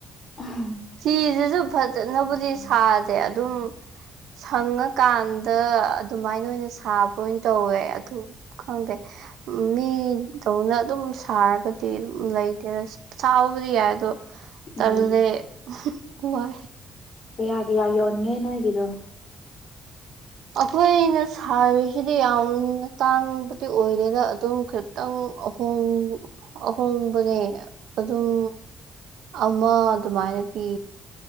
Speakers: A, on the left; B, on the right.
A: <unintelligible>
B: ꯐꯤꯁꯤꯁꯨ ꯐꯖꯅꯕꯨꯗꯤ ꯁꯥꯗꯦ ꯑꯗꯨꯝ ꯁꯪꯉꯀꯥꯟꯗ ꯑꯗꯨꯃꯥꯏꯅ ꯑꯣꯏꯅ ꯁꯥꯕ ꯂꯣꯏꯟ ꯇꯧꯋꯦ ꯑꯗꯨ ꯈꯪꯗꯦ ꯃꯤꯗꯧꯅ ꯑꯗꯨꯝ ꯁꯥꯔꯒ ꯇ‌ꯦ ꯎꯝ ꯂꯩꯇꯦ ꯁꯥꯥꯕꯕꯨꯗꯤ ꯌꯥꯏ ꯑꯗꯣ
A: ꯎꯝ
B: ꯇꯜꯂꯦ ꯋꯥꯏ
A: ꯀꯌꯥ ꯀꯌꯥ ꯌꯣꯟꯒꯦ ꯅꯣꯏꯒꯤꯗꯣ
B: ꯑꯩꯈꯣꯏꯅ ꯁꯥꯕꯁꯤꯗꯤ ꯌꯥꯝꯅ ꯇꯥꯡꯕꯗꯤ ꯑꯣꯏꯗꯦꯗ ꯑꯗꯨꯝ ꯈꯤ ꯇꯪ ꯑꯍꯣꯡ ꯑꯍꯣꯡꯕꯅꯦ ꯑꯗꯨꯝ ꯑꯃ ꯑꯗꯨꯃꯥꯏꯅ ꯄꯤ